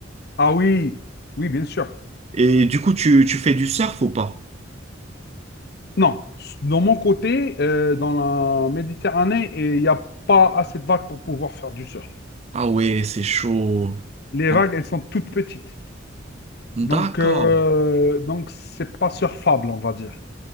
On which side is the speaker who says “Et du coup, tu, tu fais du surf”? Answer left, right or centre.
Right